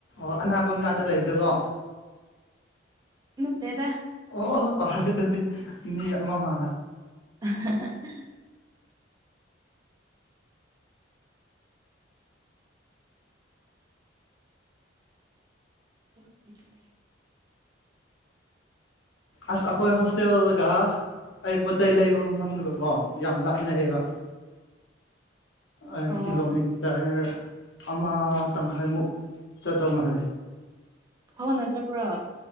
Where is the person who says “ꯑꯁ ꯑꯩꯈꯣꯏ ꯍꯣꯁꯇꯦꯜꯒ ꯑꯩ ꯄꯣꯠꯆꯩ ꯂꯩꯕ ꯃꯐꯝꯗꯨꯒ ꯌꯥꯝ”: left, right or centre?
Left